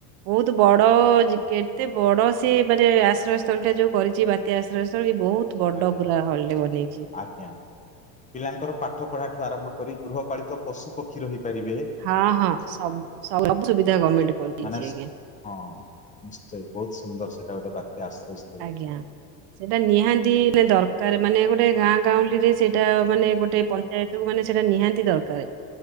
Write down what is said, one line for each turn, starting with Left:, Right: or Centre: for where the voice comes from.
Right: ବହୁତ ବଡ଼ ଜିପି ଏ କେତେ ବଡ଼ ସେ ମାନେ ଆଶ୍ରୟସ୍ଥଳୀଟା ଯଉ କରିଛି ବାତ୍ୟା ଆଶ୍ରୟସ୍ଥଳୀ ବହୁତ ବଡ
Left: ଆଜ୍ଞା
Right: ପୁରା ହଲଟେ ବନେଇଛି।
Left: ଆଜ୍ଞା। ପିଲାଙ୍କର ପାଠ ପଢା ଠୁ ଆରମ୍ଭ କରି ଗୃହପାଳିତ ପଶୁ ପକ୍ଷୀ ରହିପାରିବେ
Right: ହଁ ହଁ ସବୁୁ ସବୁ ସୁବିଧା ଗଭର୍ଣ୍ଣମେଣ୍ଟ କରିଦେଇଛି
Left: ମାନେ
Right: ଆଜ୍ଞା।
Left: ହଁ ନିଶ୍ଚୟ ବହୁତ ସୁନ୍ଦର ସେଇଟା ଗୋଟେ ବାତ୍ୟା ଆଶ୍ରୟ ସ୍ଥଳୀ
Right: ଆଜ୍ଞା। ସେଇଟା ନିହାତି ଦରକାର ମାନେ ଗୋଟେ ଗାଁ ଗାଉଁଲି ରେ ସେଇଟା ମାନେ ଗୋଟେ ଯେହେତୁ ମାନେ ସେଟା ନିହାତି ଦରକାର